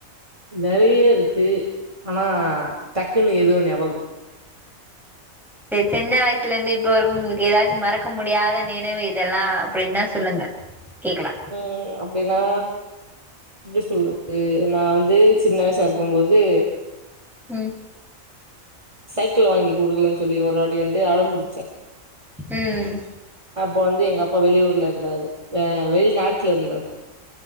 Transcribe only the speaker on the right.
நெறைய இருக்கு அனா டக்குன்னு எதுவு ஞாபகோ இல்ல
ம் அப்டின்னா எப்டி சொல்றது நா வந்து சின்ன வயசா இருக்கும் போது
சைக்கிள்ள வாங்கி குடுக்கலன்னு சொல்லி ஒருவாட்டி வந்து அடம்புடிச்ச
அப்ப வந்து எங்க அப்பா வெளி ஊர்ல இருந்தாரு வெ வெளிநாட்டுல இருந்தாரு